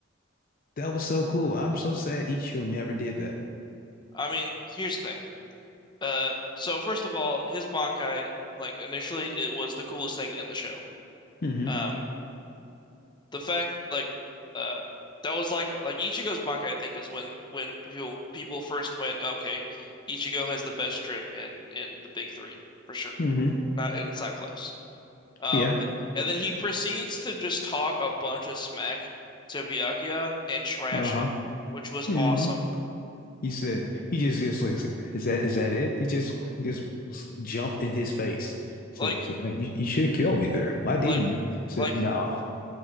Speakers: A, on the left; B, on the left.
A: That was so cool. I'm so sad Ichigo never did that.
B: I mean, here's the thing. Uh, so first of all, his Bankai, like initially, it was the coolest thing in the show.
A: hmm
B: Um, the fact like uh that was like like Ichigo's Bankai, I think, is when when people people first went, okay, Ichigo has the best trip in in the big three for sure.
A: hmm
B: Not and it's not close. Um,
A: Yeah.
B: and then he proceeds to just talk a bunch of smack to Byakuya and trash
A: Uh-huh.
B: him, which was
A: hmm
B: awesome.
A: He said he just just like said, is that is that it? He just just jumped in his face. Said,
B: Like,
A: said wait, you, you should have killed me there. Why didn't
B: like,
A: you? Said
B: like
A: no.